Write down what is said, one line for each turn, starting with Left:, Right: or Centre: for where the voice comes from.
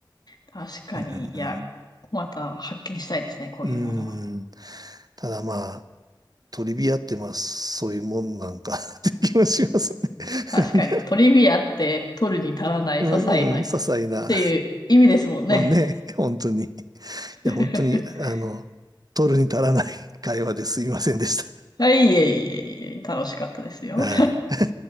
Left: ー、確かに、
Right: うん。
Left: いや、また発見したいですね、こういうもの。
Right: うん。ただまあ、トリビアってまあ、そういうもんなんか <laughs> って気はしますね。
Left: 確かに、
Right: なんか
Left: トリビアって取るに足らない、
Right: うん、
Left: 些細ないっていう意味ですもんね。
Right: 些細な。そうね、本当に。い
Left: <laughs>
Right: や、本当に、あの、取るに足らない会話ですいませんでした。
Left: はい、いえいえいえ、楽しかったですよ。
Right: <laughs> はい。